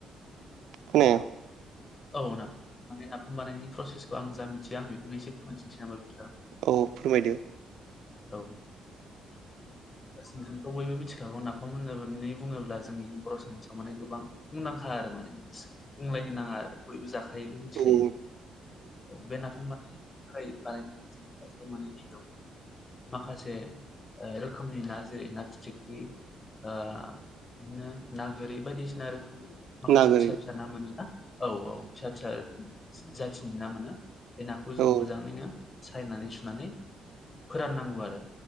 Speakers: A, on the right; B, on the left.
A: <unintelligible>
B: औ ना नाफाम बानायनायनि प्रसेसखौ आं जा मिथियो आं बेखौनो एसे फोरमायथिना होबाय
A: औ फोरमायदो
B: औ जोंथ' बयबो मिथिखागौ नाफाम होननानै बुङोब्ला जोंनि बर' समाजाव माने गोबां मुंदांखा आरो माने बुंलायनो नाङा आरो बयबो जाखायो थायोबो मिथिखायो
A: औ
B: औ बे नाफाम बानायनो थाखाय जोंङो फार्सटाव माने <unintelligible> माखासे ओ रोखोमनि ना जेरै ना फिथिख्रि ओ बिदिनो ना गोरि बायदिसिना रोखोमनि माखासे
A: नागोरै
B: फिसा फिसा ना मोनो <unintelligible> औ औ फिसा फिसा जाथिनि ना मोनो बे नाखौ जोंङो
A: औ
B: मोजाङैनो सायनानै सुनानै फोराननांगौ आरो